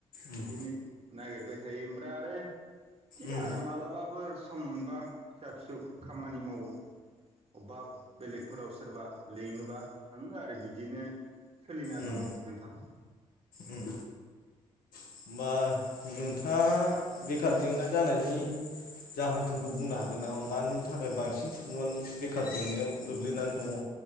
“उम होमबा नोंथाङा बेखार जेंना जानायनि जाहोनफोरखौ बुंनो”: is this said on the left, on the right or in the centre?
Left